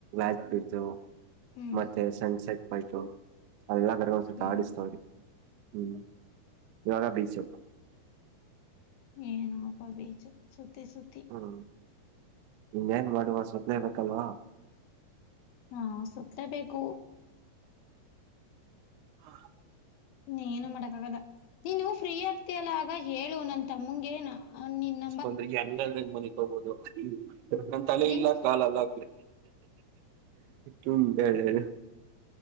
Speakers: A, on the right; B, on the left.
A: <unintelligible>
B: ಹ್ಮ್
A: ಸನ್ಸೆಟ್ ಪಾಯಿಂಟು. ಅಲ್ಲಿ ಎಲ್ಲಾ ಕಡೆನೂ ಸುತ್ತಾಡಿಸ್ತವ್ರೆ.
B: ಹ್ಮ್
A: ಹ್ಮ್ <unintelligible> ಬೀಚ್.
B: ಏನೋ ಅಪ್ಪ ಬೀಚ್ ಸುತ್ತಿ ಸುತ್ತಿ
A: ಹ್ಮ್ ಇನ್ನೇನ್ ಮಾಡುವ ಸುತ್ಲೇ ಬೇಕಲ್ವಾ.
B: ಹಾ ಸುತ್ತಲೇ ಬೇಕು.
A: ಹಾ
B: ನೀ ಏನು ಮಾಡಕ್ ಆಗಲ್ಲ ನೀನು ಫ್ರೀ ಆಗ್ತಿಯಲ್ಲ ಆಗ ಹೇಳು ನನ್ ತಮ್ಮಂಗೇನ ನಿನ್ನ
A: ಒಂದ್ರ ಹೆಂಗದ್ರಂಗಗೆ ಮನೆಕ್ ಹೋಗೋುದು ನ ತಲೆ
B: ನೀನ್
A: ಇಲ್ಲ ಕಾಲ ಅಲ್ಲ ತುಂಬ ಕ